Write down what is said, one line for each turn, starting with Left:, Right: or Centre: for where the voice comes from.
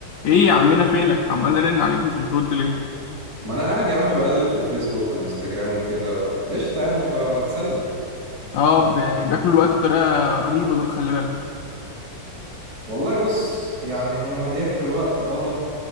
Left: ايه يا عمنا فينك عمال ارن عليك مش بترد ليه
Right: ما انا قاعد يا عم بقلب في الفيسبوك والانستجرام وكده و- قشطه يعني ب- بتسلى
Left: اه ب- بياكلوا الوقت بطريقه رهيبه دول خلي بالك
Right: والله بص يعني هما بياكلوا الوقت اه